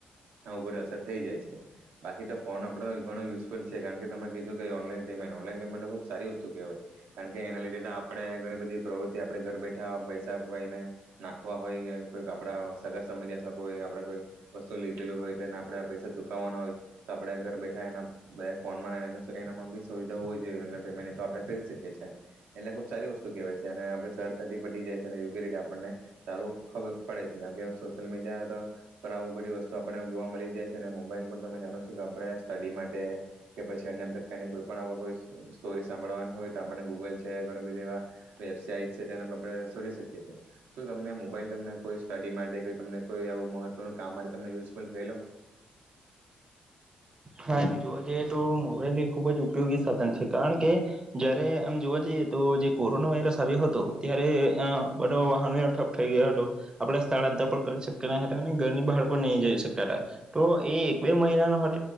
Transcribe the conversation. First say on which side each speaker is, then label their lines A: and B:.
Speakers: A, on the right; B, on the right.
A: આવું બધુ અસર થઈ જાય છે બાકી તો ફોન આપણો ઘણો યુઝફુલ છે કારણ કે તમે કીધું કે ઓનલાઈન પેમેન્ટ ઓનલાઈન પેમેન્ટ ખુબ સારી વસ્તુ કેહેવાય કારણ કે એના લીધે આપે ઘણી બધી પ્રવૃતિ આપણે ઘર બેઠા પૈસા કોઈને નાખ લખવા હોય કે કોઈ આપણા સગા સમયની અથવા કોઈ આપણે કોઈ વસ્તુ લીધેલું હોય તેને આપણે પૈસા ચૂકવવાના હોય તો આપડે ઘર બેઠા એના બે ફોન માં એના બી સુવિધા હોવી જોએ એ પેમેન્ટ તો આપડણે કરી શકીએ છીએ એટલે ખુબ સારી વસ્તુ કહેવા છે અને આપણે સરળતાથી પટી જાય છે અને યોગ્ય રીતે આપણને સારું ખબર પડે છે કારણ કે સોશિયલ મીડિયા આવી બધી વસ્તુ આપણને જોવા મળી જાય છે અને મોબાઈલ પર તમે જાણો છો કે આપણે સ્ટડી માટે કે પછી અન્ય પ્રકારની કોઈ પણ કોઈ સ્ટોરી સાંભળવાની હોય તો આપને ગૂગલ છે ઘણી બધી એવા વેબસાઇટ છે તેને આપણે શોધી શકીએ છીએ શું તમને મોબાઈલ તમને કોઈ સ્ટડી માટે તમને કોઈ અવું મહત્વનું કામ માટે તમને યુઝફુલ થય લો
B: હા એમ જોવા જઈએ તો મોબાઈલ એ ખુબ જ ઉપયોગી સાધન છે કારણ કે જયારે આમ જોવા જઈએ તો જે કોરોના વાયરસ આવ્યો હતો ત્યારે બધો વાહનો ઠપ થઈ ગયા હતો આપણે સ્થળાંતર પણ કરી શકતા ન હતા અને ઘરની બહાર પણ નહી જઈ શક હતા તો એ એક બે મહિનાનો હતો તો